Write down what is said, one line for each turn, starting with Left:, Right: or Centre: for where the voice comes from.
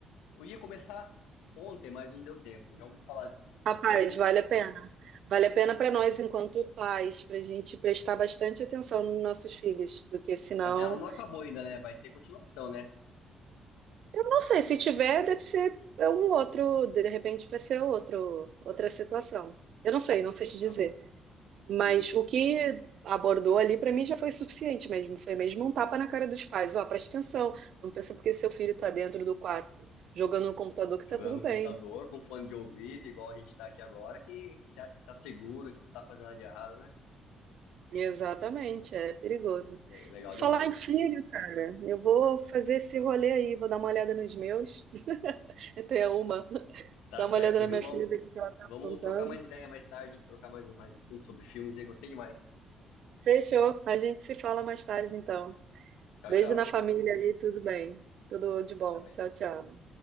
Left: Eu ia começar ontem, mas não deu tempo. Já ouvi falar des- dessa
Right: Rapaz,
Left: série.
Right: vale a pena. Vale a pena para nós, enquanto pais, para a gente prestar bastante atenção nos nossos filhos, porque senão,
Left: Mas ela não acabou ainda, né? Vai ter continuação, né?
Right: eu não sei, se tiver, deve ser um outro, de repente vai ser outro, outra situação. Eu não sei,
Left: Outra
Right: não sei
Left: situação.
Right: te dizer.
Left: Hum,
Right: Mas o que abordou ali para mim já foi suficiente mesmo. Foi mesmo um tapa na cara dos pais. Ó, presta atenção, não pensa porque seu filho está dentro do quarto jogando no computador que
Left: jogando
Right: tá tudo bem.
Left: no computador, com fone de ouvido, igual a gente tá aqui agora, que você acha que tá seguro, que não tá fazendo nada de errado, né?
Right: Exatamente, é perigoso.
Left: É, le- legal
Right: E por falar
Left: demais.
Right: em filho, cara, eu vou fazer esse rolê aí, vou dar uma olhada nos meus. <laughs> Até uma,
Left: Tá
Right: dar
Left: certo,
Right: uma olhada na
Left: viu?
Right: minha
Left: Vamos,
Right: filha, ver o que ela tá
Left: vamos
Right: aprontando.
Left: trocar mais ideia mais tarde, trocar mais, mais assuntos sobre filmes aí. Gostei demais.
Right: Fechou, a gente se fala mais tarde então.
Left: Tchau,
Right: Beijo
Left: tchau.
Right: na família aí, tudo bem. Tudo
Left: Pra
Right: de
Left: você
Right: bom.
Left: também.
Right: Tchau, tchau.